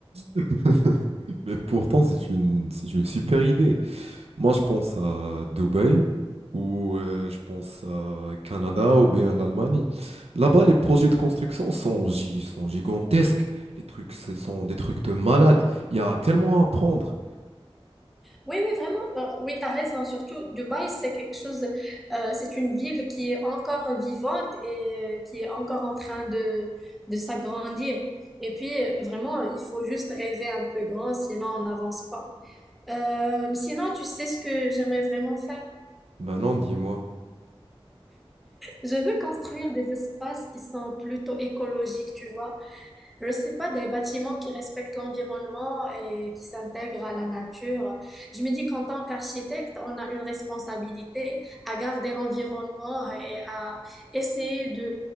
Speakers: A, on the right; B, in the centre.
A: <laughs> Mais pourtant, c'est une, c'est une super idée. Moi, je pense à Dubaï ou euh, je pense à Canada ou bien l'Allemagne. Là-bas, les projets de construction sont, gi- sont gigantesques. Les trucs, ce sont des trucs de malade. Il y a tellement à apprendre.
B: Oui, oui, vraiment. euh, oui, t'as raison. Surtout, Dubaï, c'est quelque chose, euh, c'est une ville qui est encore vivante et euh, qui est encore en train de, de s'agrandir. Et puis, euh, vraiment, il faut juste rêver un peu grand, sinon on n'avance pas. Euh, sinon, tu sais ce que j'aimerais vraiment faire?
A: Ben non, dis-moi.
B: Je veux construire des espaces qui sont plutôt écologiques, tu vois. je sais pas, des bâtiments qui respectent l'environnement et qui s'intègrent à la nature. Je me dis qu'en tant qu'architecte, on a une responsabilité à garder l'environnement et à essayer de,